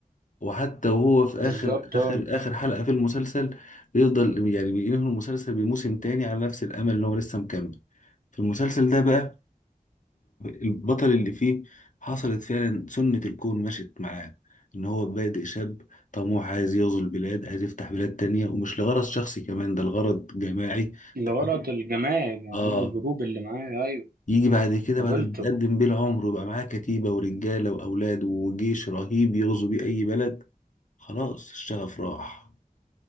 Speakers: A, on the left; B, on the right.
A: وحتى وهو في آخر
B: بالظبط
A: آخر
B: اه
A: آخر حلقة في المسلسل بيفضل يعني بينهي المسلسل بموسم تاني على نفس الأمل إن هو لسه مكمل في المسلسل ده بقى البطل اللي فيه حصلت فعلا سنة الكون مشت معاه إن هو بادئ شاب طموح عايز يغزو البلاد عايز يفتح بلاد تانية ومش لغرض شخصي كمان ده لغرض جماعي
B: الغرض
A: تمام
B: الجماعي يعني
A: آه
B: عشان الجروب اللي معاه أيوه
A: يجي بعد كده
B: قبلته
A: بعد ما يتقدم بيه العمر ويبقى معاه كتيبة ورجالة وأولاد وجيش رهيب يغزو بيه أي بلد خلاص الشغف راح